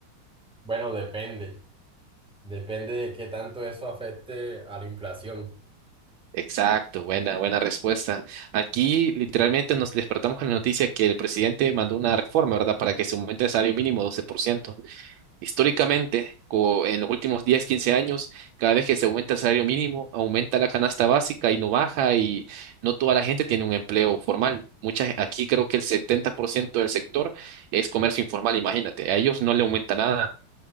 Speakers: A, in the centre; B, on the right.
A: Bueno, depende, depende de qué tanto eso afecte a la inflación.
B: Exacto, buena, buena respuesta. Aquí literalmente nos despertamos con la noticia que el presidente mandó una reforma, ¿verdad? Para que se aumente el salario mínimo 12%. Históricamente, co- en los últimos 10, 15 años, cada vez que se aumenta el salario mínimo, aumenta la canasta básica y no baja y no toda la gente tiene un empleo formal. Muchas, aquí creo que el 70% del sector es comercio informal, imagínate, a ellos no le aumenta nada.